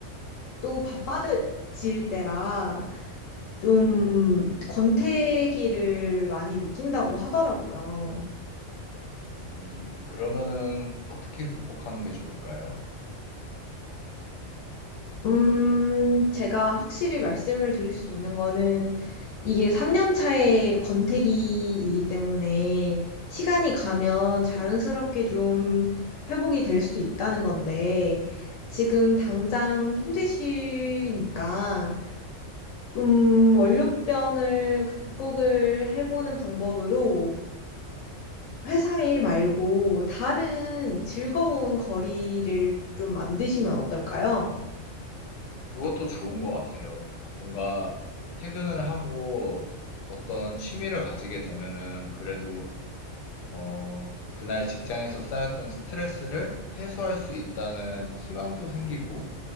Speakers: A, on the left; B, on the left.
A: 또 바빠질 때라 좀 권태기를 많이 느낀다고 하더라고요.
B: 음, 그러면은 어떻게 극복하는 게 좋을까요?
A: 음, 제가 확실히 말씀을 드릴 수 있는 거는 이게 3년 차의 권태기이기 때문에 시간이 가면 자연스럽게 좀 회복이 될 수도 있다는 건데 지금 당장 힘드시니까 좀 월요병을 극복을 해보는 방법으로 회사 일 말고 다른 즐거운 거리를 좀 만드시면 어떨까요?
B: 그것도 좋은 것 같아요. 뭔가 퇴근을 하고 어떤 취미를 가지게 되면은 그래도 어, 그날 직장에서 쌓였던 스트레스를 해소할 수 있다는 희망도 생기고